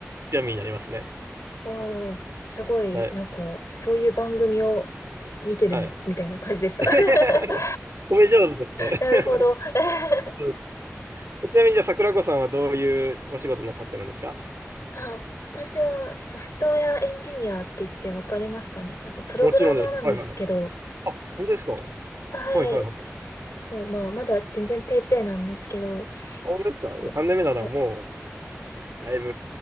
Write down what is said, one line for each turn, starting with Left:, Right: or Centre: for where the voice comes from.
Right: 強みになりますね。
Left: おー、すごい、
Right: はい。
Left: なんか、そういう番組を見てるみ、
Right: はい。
Left: みたいな感じでした。
Right: <laughs>
Left: <laughs>
Right: 褒め上手ですね。
Left: なるほど。<laughs>
Right: うんちなみにじゃあ桜子さんはどういうお仕事なさってるんですか
Left: あ、私はソフトウェアエンジニアって言ってわかりますかねなんかプログラマーなんですけど、
Right: もちろんです。はいはいはい。あ、本当ですかは
Left: はい。
Right: いはいはい。
Left: そう、まあ、まだ全然ペーペーなんですけど、
Right: 本当ですか
Left: まな
Right: ?3 年目ならもう、だいぶ。